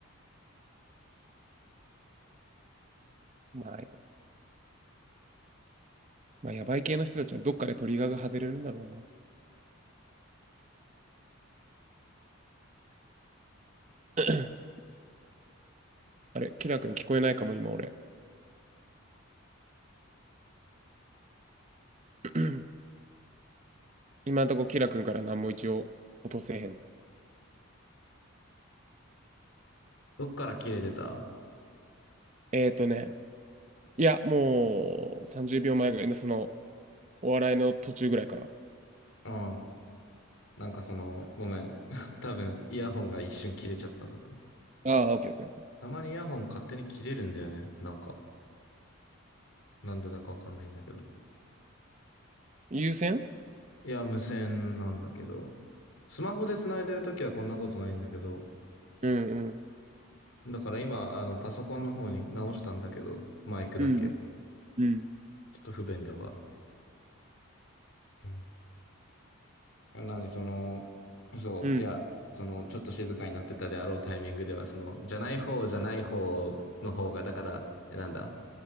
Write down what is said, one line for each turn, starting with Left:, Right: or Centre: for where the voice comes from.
Right: まあ、<clears throat> まあ、やばい系の人たちはどっかでトリガーが外れるんだろうな。<clears throat> あれ、キラー君聞こえないかも、今俺。<clears throat> 今んとこ、キラ君から何も一応落とせへん。
Left: どっから切れてた
Right: えっとね、いや、もう30秒前ぐらいの、その、お笑いの途中ぐらいから。
Left: うん。なんかその、ごめん。<laughs> 多分、イヤホンが一瞬切れちゃったんだと思う。
Right: ああ、オッケーオッケーオッケー。
Left: たまにイヤホン勝手に切れるんだよね。なんか、なんでだかわかんないんだけど。
Right: 優先
Left: いや、無線なんだけど、スマホで繋いでるときはこんなことないんだけど、
Right: うんうん。
Left: だから今、あの、パソコンの方に直したんだけど、マイクだけ。
Right: うん
Left: ちょ
Right: うん。うん。
Left: っと不便ではある。うん。あなに、その、そう、
Right: うん
Left: いや、その、ちょっと静かになってたであろうタイミングでは、その、じゃない方じゃない方の方が、だから、えなんだ